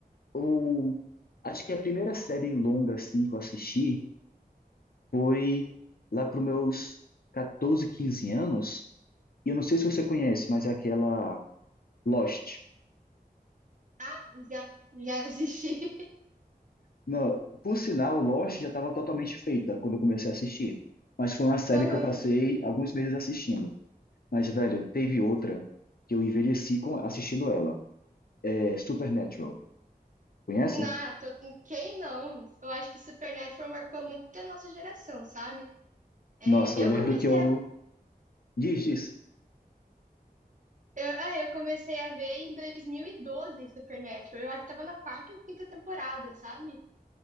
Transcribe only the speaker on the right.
Ah, já, já assisti. <laughs>
Aham.
Não, ah, tô- quem não? Eu acho que Supernatural marcou muito a nossa geração, sabe? É,
eu
comecei
a,
eu, ah, eu comecei a ver em 2012 Supernatural. Eu acho que tava na quarta ou quinta temporada, sabe?